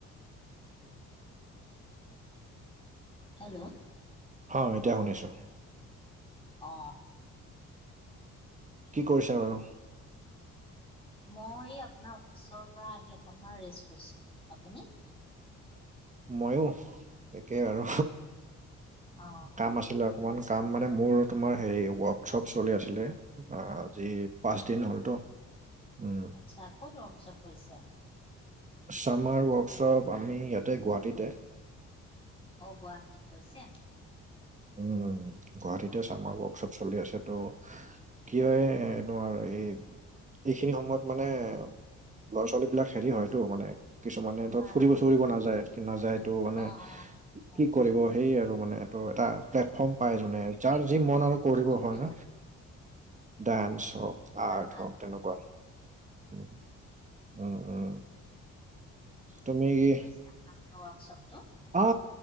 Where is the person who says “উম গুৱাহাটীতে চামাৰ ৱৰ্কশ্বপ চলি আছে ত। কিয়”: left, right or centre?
Right